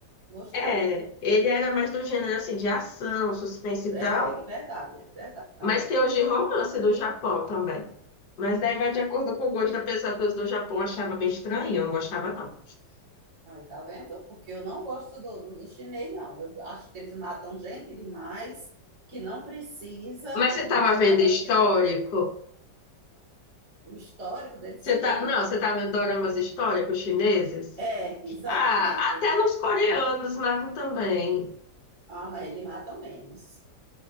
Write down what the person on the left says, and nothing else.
É, ele era mais do gênero assim de ação, suspense e tal.
Mas tem os de romance do Japão também. Mas daí vai
de acordo com o gosto da pessoa, porque os do Japão eu achava bem estranho, eu não gostava, não.
Mas você tava
vendo histórico?
Você
tá... Não, você tava vendo doramas históricos chineses?
Ah, até nos coreanos matam também.